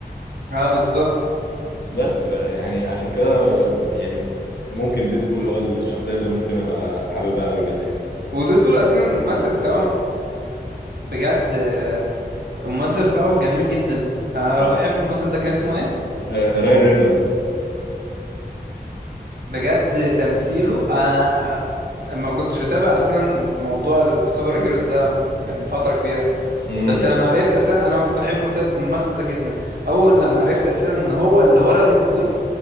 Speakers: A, on the right (about 65°); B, on the left (about 75°).
A: اه بالظبط
B: بس ف يعني عشان كده انا يعني ممكن ديدبول هو الشخصيه اللي ممكن ابقى حاببها قوي كده يعني
A: ودول بول اساسا الممثل بتاعهم بجد آه، الممثل بتاعه جميل جدا آه
B: اه
A: بحب الممثل ده كان اسمه ايه
B: آه، رايان رينولدز
A: بجد تمثيله انا ما كنتش بتابع اصلا موضوع السوبر هيروز ده من فتره كبيره
B: امم
A: بس لما عرفت اساسا انا كنت بحب المس- الممثل ده جدا اول لما عرفت اساسا ان هو اللي ورا ديدبول